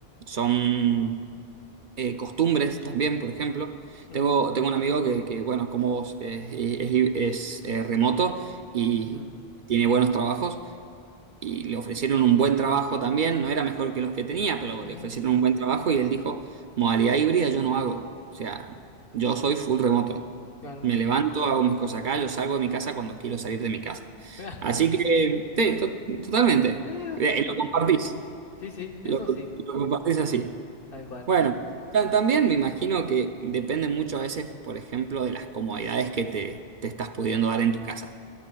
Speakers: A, on the right; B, on the left.
A: son... eh, costumbres también, por ejemplo.
B: ujú,
A: Tengo, tengo un amigo que, que, bueno, como vos, que es, es- eh, remoto y
B: ujú,
A: tiene buenos trabajos y le ofrecieron un buen trabajo también, no era mejor que los que tenía, pero
B: ujú,
A: le ofrecieron un buen trabajo y él dijo, modalidad híbrida yo no hago, o sea, yo soy full remoto.
B: claro.
A: Me levanto, hago mis cosas acá, yo salgo de mi casa cuando quiero salir de mi casa.
B: <laughs>
A: Así que, sí, to- totalmente.
B: Sí, no, está
A: Eh,
B: bien.
A: Lo compartís,
B: Sí, sí, eso
A: lo
B: sí,
A: lo compartís así.
B: tal cual.
A: Bueno, ta- también me imagino que depende mucho a veces, por ejemplo, de las comodidades que te, te estás pudiendo dar en tu casa.